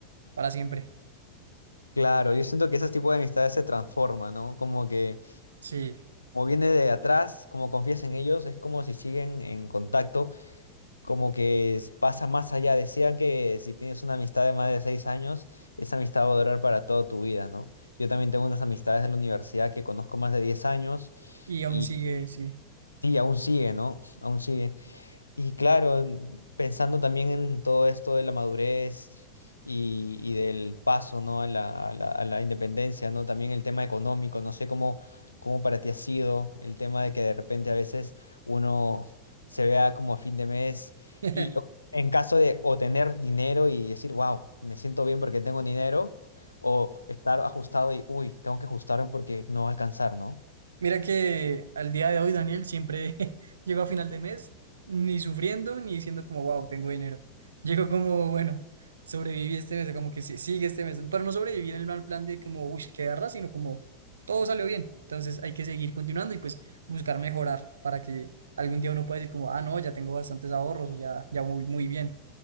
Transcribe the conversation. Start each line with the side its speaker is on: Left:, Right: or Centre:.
Right: para siempre.
Left: Claro, yo siento que ese tipo de amistades se transforma, ¿no? Como que,
Right: Sí,
Left: como viene de atrás, como confías en ellos, es como si siguen en contacto, como que es- pasa más allá. Decían que si tienes una amistad de más de seis años, esa amistad va a durar para toda tu vida, ¿no? Yo también tengo unas amistades de la universidad que conozco más de diez años
Right: y aún
Left: y
Right: sigue, sí.
Left: sí, aún sigue, ¿no? <laughs> Aún sigue. Y claro, pensando también en todo esto de la madurez y, y del paso, ¿no? a la, a la, a la independencia, ¿no? También el tema económico, no sé cómo, cómo para ti ha sido el tema de que de repente a veces uno se vea como a fin de mes
Right: <laughs>
Left: y o- en caso de o tener dinero y decir, wow, me siento bien porque tengo dinero, o estar ajustado y, uy, tengo que ajustarme porque no va a alcanzar, ¿no?
Right: Mira que al día de hoy, Daniel, siempre <laughs> llego a final de mes ni sufriendo ni diciendo como, wow, tengo dinero. Llego como, bueno, sobreviví este mes, o como que sí- sigue este mes. Pero no sobreviví en el mal plan de como, uy, qué garra, sino como todo salió bien. Entonces hay que seguir continuando y pues buscar mejorar para que algún día uno pueda decir como, ah, no, ya tengo bastantes ahorros o ya, ya voy muy bien.